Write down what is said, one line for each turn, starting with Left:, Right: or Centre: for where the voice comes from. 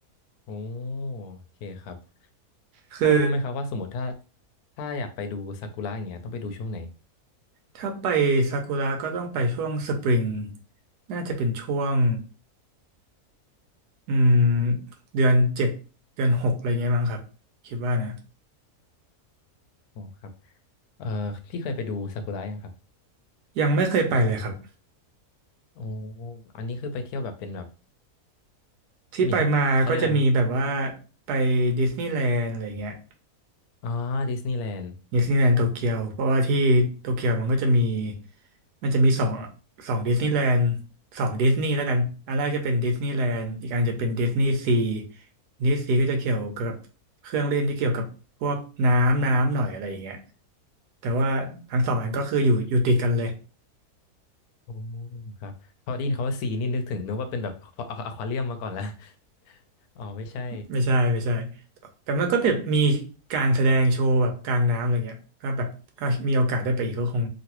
Left: โอ้โอเคครับ
Right: คือ
Left: พอรู้ไหมครับว่าสมมติถ้าถ้าอยากไปดูซากุระอย่างเงี้ยต้องไปดูช่วงไหน
Right: ถ้าไปซากุระก็ต้องไปช่วงสปริงน่าจะเป็นช่วง อืมเดือนเจ็ดเดือนหกอะไรเงี้ยมั้งครับคิดว่านะ
Left: โอ้ครับเอ่อพี่เคยไปดูซากุระยังครับ
Right: ยังไม่เคยไปเลยครับ
Left: โอ้อันนี้คือไปเที่ยวแบบเป็นแบบ <laughs>
Right: ที่ไปมาก็จะมีแบบว่า
Left: มีเขาเรียกอะไรนะ
Right: ไปดิสนีย์แลนด์อะไรเงี้ย
Left: อ๋อดิสนีย์แลนด์
Right: ดิสนีย์แลนด์โตเกียวเพราะว่าที่โตเกียวมันก็จะมีมันจะมีสองสองดิสนีย์แลนด์สองดิสนีย์แล้วกันอันแรกจะเป็นดิสนีย์แลนด์อีกอันจะเป็นดิสนีย์ซีดิสนีย์ซีก็จะเกี่ยวกับเครื่องเล่นที่เกี่ยวกับพวกน้ำน้ำหน่อยอะไรอย่างเงี้ยแต่ว่าทั้งสองอันก็คืออยู่อยู่ติดกันเลย
Left: โอ้ครับพอได้ยินคำว่าซีนี่นึกถึงนึกว่าเป็นแบบอะควาเรียมมาก่อนละ <laughs> อ๋อไม่ใช่
Right: ไม่ใช่ไม่ใช่แต่มันก็แบบมีการแสดงโชว์แบบกลางน้ำอะไรเงี้ยถ้าแบบถ้ามีโอกาสได้ไปอีกก็คง